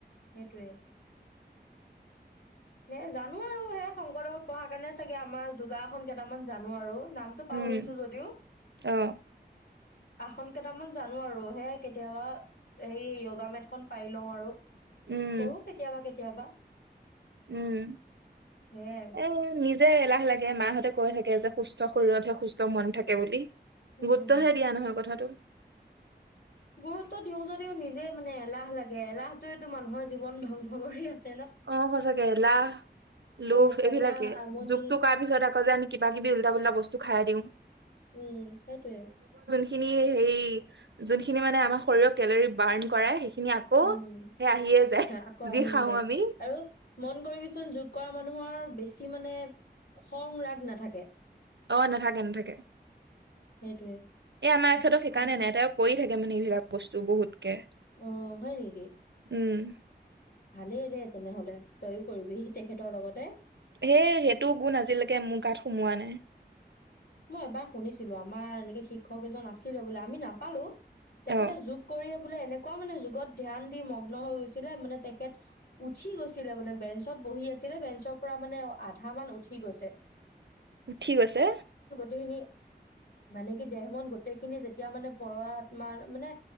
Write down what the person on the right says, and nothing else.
উম
অ
উম
উম,
এ, নিজ যে, এলাহ লাগে মাহঁতে কৈ থাকে যে, সুস্থ শৰীৰতহে, সুস্থ মন থাকে বুলি।
গুৰুত্বহে দিয়া নহয়, কথাটো।
অ', সঁচাকে এলাহ,
লোভ এইবিলাকে
যোগটো কৰাৰ পিছত আকৌ কৌ, যে, আমি কিবা কিবি উল্টা পোলটা‌ বস্তু খাই দিওঁ।
খিনি সেই হেয়ি যোনখিনি মানে আমাৰ শৰীৰৰ কেলৰি বাৰ্ণ কৰে খিনি আকৌ
সেই আহিয়ে যায়,
যি,
খাওঁ
আমি
অ', নাথাকে, নাথাকে।
এ, আমাৰ‌ এখেতৰ সেইকাৰণে
নাই তেওঁ কৰি থাক <unintelligible> বস্তু বহুতকে,
উম।
সেই, সেইটো গুণ আজিলৈকে মোৰ গাত সোমোৱা নাই।
অ
উঠি গৈছে?